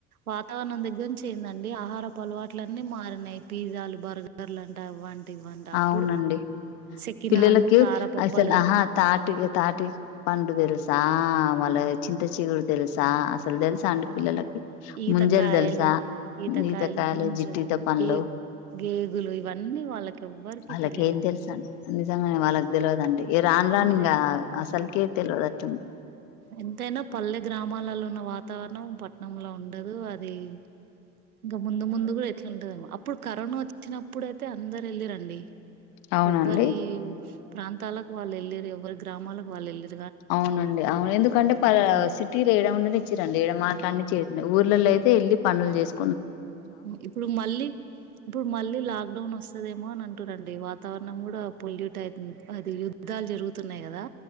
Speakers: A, on the right (about 80°); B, on the left (about 60°).
A: వాతావరణం దగ్గర నుంచి ఏందండి ఆహారపు అలవాట్ల అన్నీ మారినయి పిజ్జాలు బర్గర్లు అంటే అవంటి తివ్వంట అప్పుడు
B: అవునండి
A: సెకినాలు
B: పిల్లలకి
A: కారపప్పలు
B: అసలు ఆహా తాటి తాటి పండు తెలుసా ఆ మళ్ల చింత చిగురు తెలుసా దెల్సా అండ
A: ఆ
B: పిల్లలకి
A: ఈతకాయలు
B: ముంజలు దెల్సా
A: ఈతకాయలు
B: ఈత కాయలు
A: ముంజలు
B: జిట్టిట పన్లు
A: గే గేగులు ఇవన్నీ వాళ్ళకి ఎవ్వరికి
B: వాళ్ళకేం
A: తెలియనే
B: తెలుస
A: తెలి
B: అండి నిజంగానే వాళ్ళకి తెలివదండి ఏ రాను
A: ఎంతైనా
B: రాను ఇంగ అసలుకే తెలియదతను
A: ఎంతైనా పల్లె గ్రామాలలో ఉన్న వాతావరణం పట్టనంలో ఉండదు అది ఇంగా ముందు ముందు కూడా ఎట్లాంటందేమో అప్పుడు కరోనా వచ్చినప్పుడుయితే అందరు వెళ్ళిరండి
B: అవునండి
A: ఎవ్వరి ప్రాంతాలకు వాళ్ళు ఏళ్ళిర్రు ఎవ్వరి గ్రామాలకు వాళ్ళు ఏళ్ళిర్రు
B: అవునండి అవును ఎందుకంటే ప
A: అట్లా
B: సిటీలో ఎడ ఉండినిచ్చిరండి ఏడ మాట్లాడినిచ్చే ఊర్లలో
A: అవును
B: అయితే వెల్లి పనులు చేస్
A: ఇప్పుడు మళ్ళీ ఇప్పుడు మళ్ళీ లాక్డౌన్ వస్తదేమో అని అనుకు టు రండి వాతావరణం కూడా పొల్యూట్ అయితుంది అది యుద్ధాలు జరుగుతున్నాయి గదా